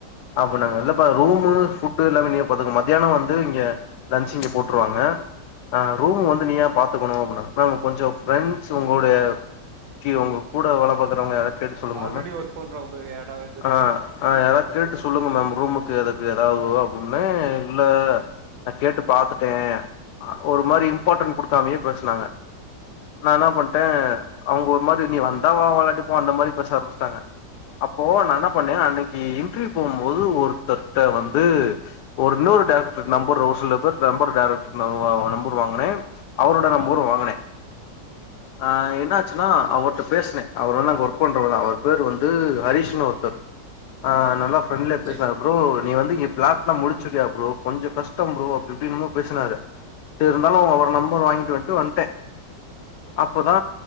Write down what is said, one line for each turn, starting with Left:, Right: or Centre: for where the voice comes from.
Left: அப்புன்னாங்க இல்லப்பா ரூமு புட்டு எல்லாமே நீங்க பாத்துக்கோங் மத்தியானம் வந்து இங்கெ லன்ச் இங்கெ போட்ருவாங்க ஆ ரூமு வந்து நீயாத பாத்துக்கணு அப்புன்னாங்க மேம் கொஞ்ச பிரண்ட்ஸ் உங்ளோட கீ ஒங்க கூட வேல பாக்கறவங்க யார் கேட்டு சொல்லுங்க
Right: ஆல்ரெடி
Left: மேம்
Right: ஒர்க் பண்றவங்க எடோ எதுன்னு
Left: அஆ
Right: இருக்கா பி ஜி
Left: ஏதாகேட்டு
Right: இருக்கான்னு கேட்டிது
Left: சொல்லுங்க
Right: ஓகே
Left: மேம்
Right: ஓகே
Left: ரூமுக்கு அதுக்கு ஏதாவது அப் னே இல்ல நா கேட்டு பாத்துட்டே அ ஒரு மாரி இம்பார்ட்டன்ட் குடுக்காமயே பேசுனாங்க நா என்ன பண்ட்டே அவங்க ஒரு மாரி நீ வந்தா வா வராட்டி போ அந்த மாரி பேச ஆரம்புச்டாங்க அப்போ நா என பண்ணே அ அன்னக்கி இன்ட்ர்வியூ போவும்போது ஒருத்தர்ட்ட வந்து ஒரு இன்னொரு டாக்டர் நம்பர் ஒரு சிலபேர் நம்பர் டைரக்டர் நம்பர் வாங்குனே அவரோட நம்பரு வாங்குனே
Right: <unintelligible>
Left: ஆ என்னாச்சுனா அவர்ட்ட பேசுனே அவர் வந்து அங்கஓ ஒர்க் பன்ரவர் தா அவர் பேர் வந்து ஹரீஷ்ன் ஒருத்தர் ஆ நல்லா ஃரண்டலியா பேசுவார்
Right: செரி
Left: ஃப்ரோ நீ வந்து எப் ஃபிளாட்லா முடிச்சுருவியா ப்ரோ கொஞ்ச கஷ்ட ப்ரோ அப்டி இப்டினு மோ பேசுனாரு இருந்தாலு அவர் நம்பர் வாங்கிட்டு வந்ட்டு வந்ட்டே அப்போ ங்கனா